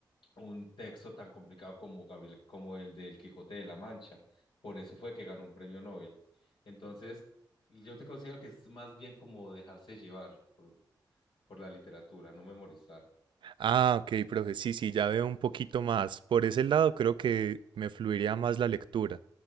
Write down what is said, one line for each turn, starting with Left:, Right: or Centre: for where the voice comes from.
Left: un texto tan complicado como Gabriel, como el del Quijote de la Mancha. Por eso fue que ganó un premio Nobel. Entonces, yo te considero que es más bien como dejarse llevar por, por la literatura, no memorizar.
Right: Ah, ok, profe, sí, sí, ya veo un poquito más. Por ese lado creo que me fluiría más la lectura.